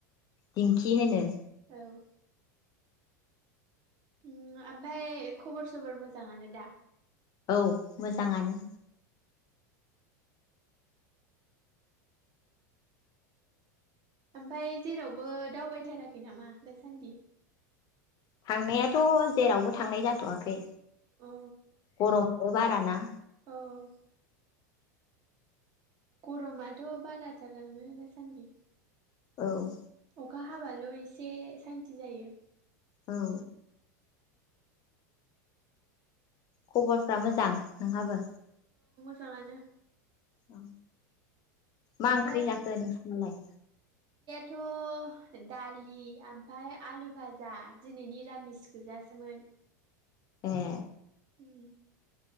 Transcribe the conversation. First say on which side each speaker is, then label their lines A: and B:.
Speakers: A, on the left; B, on the right.
A: दिंखि होनो
B: औ। ओम आमफ्राय खबर सबर मोजाङानो दा?
A: औ मोजाङानो।
B: आमफाय जेरावबो दावबायथाराखै नामा दासान्दि?
A: थांनायाथ' जेरावबो थांनाय जाथ'वाखै।
B: अ
A: गरम बन बाराना
B: औ गरमाथ' बाराथारानो दासान्दि
A: औ
B: अखा हाबाल' एसे सान्ति जायो
A: औ खबरफ्रा मोजां नोंहाबो?
B: जांङानो
A: औ मा
B: ओमफाय
A: ओंख्रि जाखो नोंसिनालाय?
B: थ' दालि आमफाय आलु भाजा दिनै निरामिस गोजासोमोन।
A: ए
B: उम